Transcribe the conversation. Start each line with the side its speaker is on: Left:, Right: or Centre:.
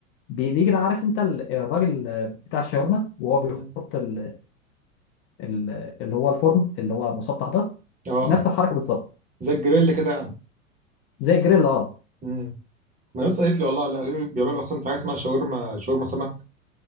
Left: بي- بيجي ده عارف انت ال- الراجل آه، بتاع الشاورما وهو بيحط
Right: مم.
Left: ال- ال- اللي هو الفرن اللي هو مسطح ده
Right: اه
Left: نفس الحركه بالظبط
Right: زي الجريل كده يعني
Left: زي الجريل اه
Right: مم. ما ناس قالت لي والله لا قالوا لي بيعملوا اصلا في حاجه اسمها شاورما شاورما سمك